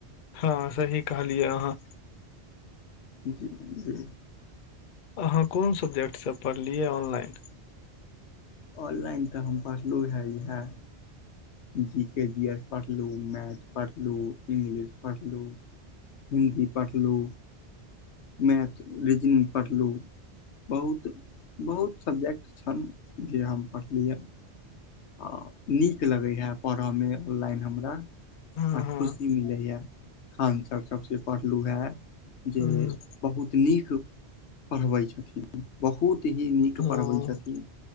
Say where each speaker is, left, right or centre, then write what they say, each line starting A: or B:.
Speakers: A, on the left; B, on the left.
A: हँ सही कहलियै अहाँ।
B: जी जी।
A: अहाँ कोन सब्जेक्टसँ पढ़लियै ऑनलाइन?
B: ऑनलाइन तऽ हम पढ़लु हेँ इएह। जी के, जी एस पढ़लु, मैथ पढ़लु, इंग्लिश पढ़लु हिन्दी पढ़लु मैथ, रिजनिंग पढ़लु। बहुत, बहुत सब्जेक्ट छल जे हम पढ़लियै ये। आ नीक लगैए पढ़ऽमे ऑनलाइन हमरा
A: हँ
B: आ
A: हँ
B: खुशी मिलैए, खान सर सबसँ पढ़लू रहैं। जे
A: हँ
B: बहुत नीक पढ़बै छथिन, बहुत ही नीक
A: हां,
B: पढ़बै छथिन